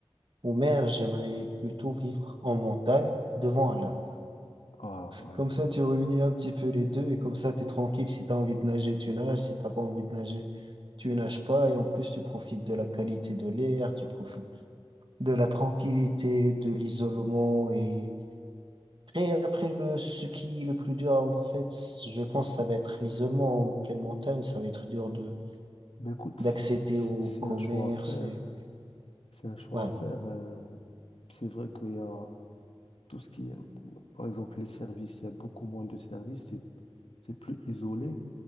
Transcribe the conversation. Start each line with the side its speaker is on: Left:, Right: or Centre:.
Right: ou mer, j'aimerais plutôt vivre en montagne devant un lac.
Left: Ah ouais.
Right: Comme ça, tu réunis un petit peu les deux et comme ça, t'es tranquille. Si t'as envie de nager, tu nages. Si t'as pas envie de nager, tu nages pas. Et en plus, tu profites de la qualité de l'air, tu profites de la tranquillité, de l'isolement. Et après, après le, ce qui est le plus dur, en fait, je pense que ça va être l'isolement en pleine montagne. Ça va être dur de
Left: Ben écoute, f-
Right: d'accéder
Left: c- c-
Right: au
Left: c'est
Right: commerce.
Left: un choix à faire.
Right: Et...
Left: C'est un choix
Right: Ouais,
Left: à faire. euh, c'est vrai qu'il y a tout ce qui est, par exemple, les services, il y a beaucoup moins de services, c'est, c'est plus isolé.